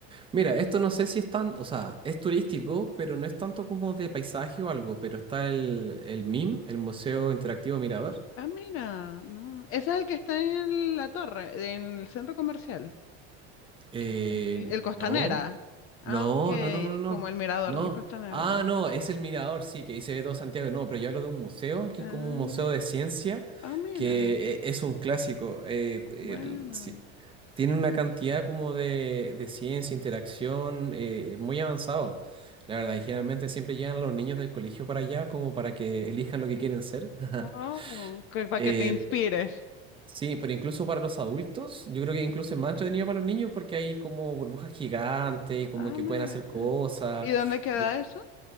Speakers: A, on the right (about 15°); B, on the left (about 40°).
A: mira, esto no sé si es tan... O sea, es turístico, pero no es tanto como de paisaje o algo. Pero está el, el MIM, el Museo Interactivo Mirador.
B: Ah, mira, no. Ese es el que está en la torre, en el centro comercial.
A: Eh,
B: que El Costanera.
A: no.
B: Ah,
A: No,
B: ok.
A: no, no, no, no.
B: Como el mirador
A: No.
B: del Costanera.
A: Ah,
B: ¿no?
A: no, es el mirador, sí, que dice todo Santiago. No, pero yo hablo de un museo, que
B: Ah,
A: es como un museo de ciencia,
B: ah, mira.
A: que eh, es un clásico. eh, el-
B: Bueno.
A: sí, tiene una cantidad como de, de ciencia, interacción, eh, muy avanzado. La verdad, y generalmente siempre llegan los niños del colegio para allá como para que elijan lo que quieren ser. <laughs>
B: Oh, que, para
A: Eh,
B: que te Sí. inspires.
A: Sí, pero incluso para los adultos, yo creo que incluso es más entretenido para los niños porque hay como burbujas gigantes y como
B: Ah,
A: que
B: mira.
A: pueden hacer cosas.
B: ¿Y dónde queda
A: Y
B: eso?